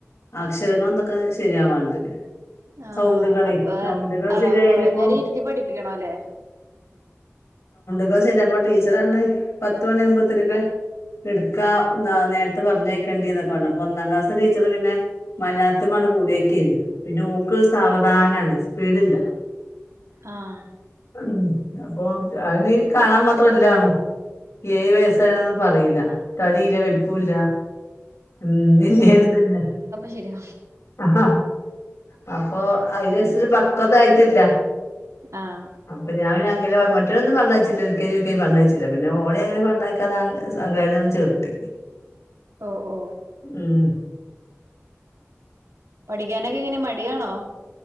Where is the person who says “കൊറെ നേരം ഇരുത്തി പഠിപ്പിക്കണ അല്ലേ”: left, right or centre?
Right